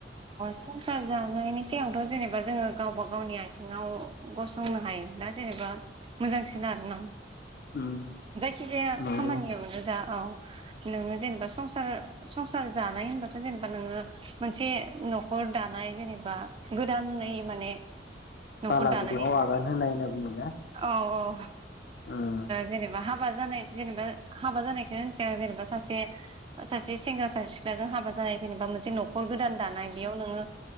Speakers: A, on the right; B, on the left.
A: सथ ज <unintelligible> थांनायनि सिगांथ' जेनेबा जोङो गावबा गावनि आथिंआव गसंनो हायोब्ला जेनेबा मोजांसिन आर ना
B: उम
A: जायखिजाया
B: नंगौ
A: खामानियावनो जा औ। नोङो जेनेबा संसार संसार जानाय होनबा जेनेबा नोङो मोनसे न'खर दानाय जेनेबा गोदानै माने न'खर
B: बाला
A: दानाय
B: गुदुङाव आगान होनाय होनना बुङोना
A: औ औ। ओ‌
B: उम
A: जेनेबा हाबा जानाय जेनेबा हाबा जानायखायनो जेनेबा सासे सासे सेंग्रा सासे सिख्लाजों हाबा जानाय जेनेबा मोनसे न'खर गोदान दानाय बेयाव नोङो